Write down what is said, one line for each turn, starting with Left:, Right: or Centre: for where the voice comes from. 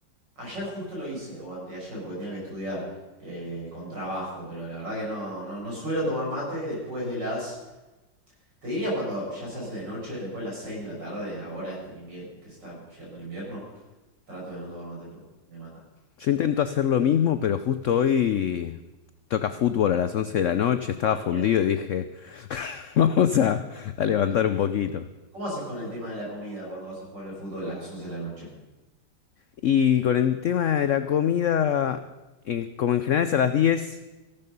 Right: ayer justo lo hice, o anteayer, porque tenía que estudiar eh, con trabajo, pero la verdad que no, no, no suelo tomar mate después de las, te diría cuando ya se hace de noche, después de las 6 de la tarde, ahora este invierno, que está llegando el invierno, trato de no tomar mate porque me mata.
Left: Yo intento hacer lo mismo, pero justo hoy toca fútbol a las 11 de la noche, estaba
Right: Ay,
Left: fundido
Right: Dios.
Left: y dije, <laughs> vamos a, a levantar un poquito.
Right: ¿Cómo haces con el tema de la comida cuando vas a jugar al fútbol a las 11 de la noche?
Left: Y con el tema de la comida, eh, como en general es a las 10